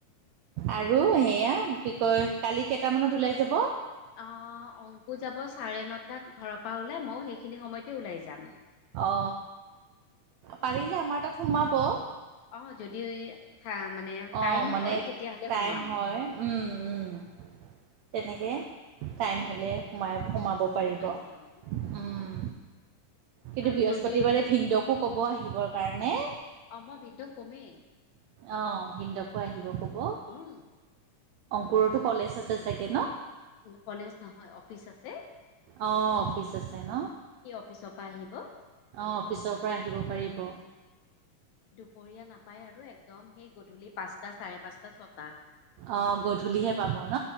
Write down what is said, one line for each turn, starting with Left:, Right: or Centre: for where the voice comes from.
Right: আৰু সেয়া কি কয় কালি কেইটামানত ওলাই যাব
Left: অ অংকু যাব চাৰে নটাত ঘৰৰ পৰা ওলাই মই সেইখিনি সময়তে ওলাই যাম
Right: অ পাৰিলে আমাৰ তাত সোমাব
Left: অ যদি থা মানে
Right: অ
Left: টাইম
Right: মানে
Left: হয় তেতিয়াহ'লে
Right: টাইম
Left: সোমাম
Right: হয় উম উম তেনেকে টাইম
Left: উম
Right: হ'লে সোমাই সোমাব পাৰিব
Left: সোমাই যাম
Right: উম কিন্তু
Left: আৰু
Right: বৃহস্পতিবাৰে
Left: যদি
Right: ভিনদেউকো কব আহিবৰ কাৰণে
Left: অ মই ভিনদেউক কমে
Right: অ ভিনদেউকো আহিব কব
Left: উম
Right: অংকুৰতো কলেজ আছে চাগে ন
Left: কলেজ নহয় অফিচ আছে
Right: অ', অফিচ আছে ন।
Left: সি অফিচৰ পৰা আহিব।
Right: অঁ অফিচৰ পৰা আহিব পাৰিব।
Left: দুপৰীয়া নাপায় আৰু একদম সেই গধূলি পাঁচটা চাৰে পাঁচটা ছটা
Right: অঁ গধূলিহে পাব ন।